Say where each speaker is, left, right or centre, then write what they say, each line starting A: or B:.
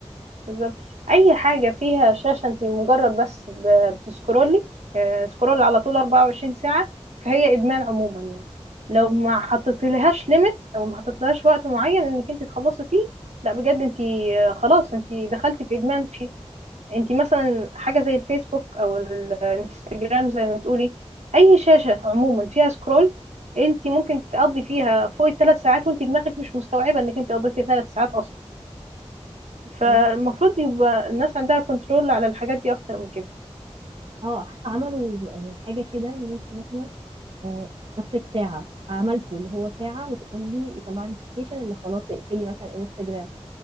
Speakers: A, on the right (about 80°); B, on the right (about 55°).
A: بالظبط اي حاجه فيها شاشه انت مجرد بس ب- بتسكرولي آه، سكرول على طول 24 ساعه فهي ادمان عموما يعني لو ما حطيتلهاش ليميت او ما حطيتلهاش وقت معين انك انت تخلصي فيه لا بجد انت آه، خلاص انت دخلتي في ادمان فيه انت مثلا حاجه زي الفيسبوك او ال- الانستجرام زي ما بتقولي اي شاشه عموما فيها سكرول انت ممكن تقضي فيها فوق الثلاث ساعات وانت دماغك مش مستوعبه انك انت قضيتي ثلاث ساعات فالمفروض
B: اه
A: يبقى الناس عندها كنترول على الحاجات دي اكتر من كده
B: اه، حتى عملوا اه، حاجة كده ان انت مثلا آه، اخرك ساعة عملته اللي هو ساعة وتقول لي يطلع لي نوتيفيكيشن ان خلاص اقفلي مثلا انستجرام